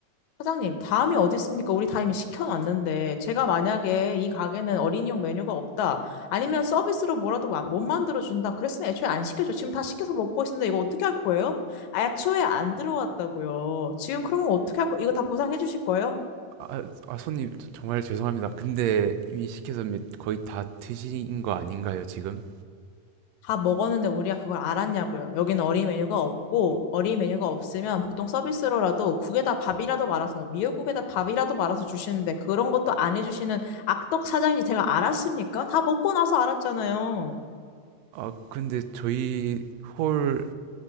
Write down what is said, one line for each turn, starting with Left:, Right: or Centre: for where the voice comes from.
Left: 사장님, 다음이 어디 있습니까? 우리 다 이미 시켜놨는데, 제가 만약에 이 가게는 어린이용 메뉴가 없다, 아니면 서비스로 뭐라도 마- 못 만들어준다, 그랬으면 애초에 안 시켜줘. 지금 다 시켜서 먹고 있는데 이거 어떻게 할 거예요? 애초에 안 들어왔다고요. 지금 그러면 어떻게 할 거, 이거 다 보상해 주실 거예요?
Right: 아, 아, 손님 정말 죄송합니다. 근데 이미 시켜서 거의 다 드신 거 아닌가요, 지금?
Left: 다 먹었는데 우리가 그걸 알았냐고요. 여기는 어린 메뉴가 없고 어린 메뉴가 없으면 보통 서비스로라도 국에다 밥이라도 말아서 미역국에다 밥이라도 말아서 주시는데 그런 것도 안 해주시는 악덕 사장인지 제가 알았습니까? 다 먹고 나서 알았잖아요.
Right: 아, 근데 저희 홀